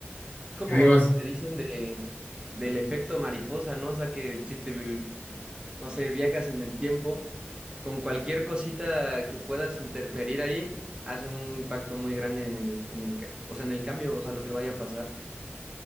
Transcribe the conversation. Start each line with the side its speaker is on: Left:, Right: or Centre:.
Right: es como
Left: ¿Qué digo
Right: lo
Left: es?
Right: que dicen de, del efecto mariposa, ¿no? O sea, que si te no sé, viajas en el tiempo, con cualquier cosita que puedas interferir ahí, hace un impacto muy grande en el, en el, ca- o sea, en el cambio, o sea, lo que vaya a pasar.